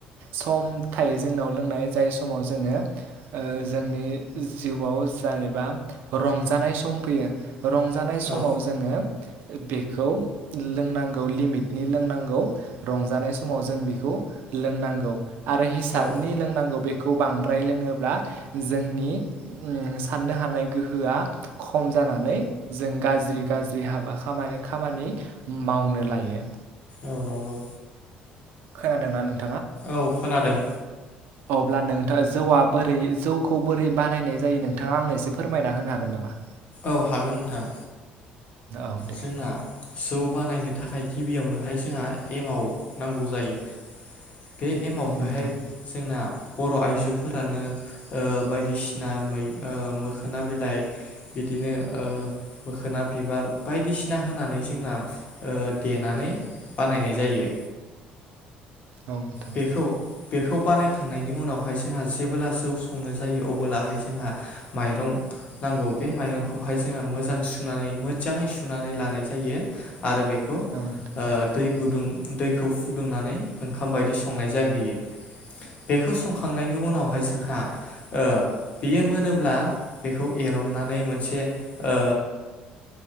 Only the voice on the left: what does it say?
औ
औ
औ नंगौ
औ खोनादों।
औ हागोन नोंथां।
जोंना जौ बानायनो थाखाय गिबियावनोहाय जोंहा एमाव नांगौ जायो। बे एमावखौहाय
जोंना बर' आइजोफोरानो ओ बायदिसिना मै ओ मोखोना बिलाइ बिदिनो ओ मोखोना बिबार बायदिसिना होनानै जोंना ओ देनानै बानायनाय जायो।
बेखौ बेखौ बानायखांनायनि उनावहाय जोंहा जेबोब्ला जौ संनो जायो अब्लाहाय जोंहा माइरं नांगौ बे माइरंखौहाय जोंहा मोजां सुनानै मो मोजाङै सुनानै लानाय जायो। आरो बेखौ ओ
दै गुदुं दैखौ फुदुंनानै ओंखाम बायदि संनाय जाहैयो बेखौ संखांनायनि उनावहाय जोंहा ओ बेयो मोनोब्ला बेखौ एरननानै मोनसे ओ